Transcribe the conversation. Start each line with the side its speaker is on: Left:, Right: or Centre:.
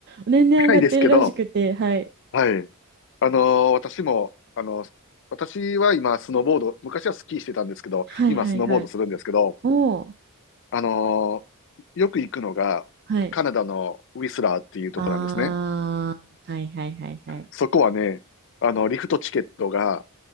Right: 年々上がってるらしくて、
Left: 高いですけど、
Right: はい。
Left: はい。あのー私も、あのー私は今、スノーボード、昔はスキーしてたんですけど、
Right: はいはいはい。
Left: 今、スノーボードするんですけど、
Right: おー、
Left: あのーよく行くのが、
Right: はい。
Left: カナダのウィスラーっていうとこなんですね。
Right: あー、はいはいはいはい。
Left: そこはね、あの、リフトチケットが、